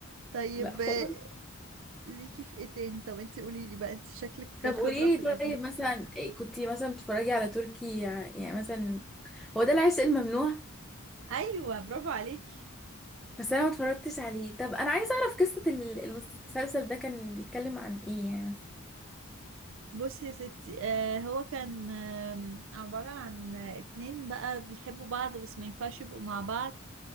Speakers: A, on the right; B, in the centre.
A: طيب
B: لا خالص
A: آه، ليكي في ايه تاني طب انتي قولي لي بقى انتي شكلك
B: طب
A: خبرة
B: قولي
A: في
B: لي
A: القديم
B: طيب مثلا كنتي مثلا بتتفرجي على تركي يعني مثلا هو ده العشق الممنوع
A: ايوه برافو عليكي
B: بس انا ما اتفرجتش عليه طب انا عايزه اعرف قصه ال- المسلسل ده كان بيتكلم عن ايه يعني مثلا
A: بصي يا ستي آه هو كان آم، عبارة عن آه، اتنين بقى بيحبوا بعض بس ما ينفعش يبقوا مع بعض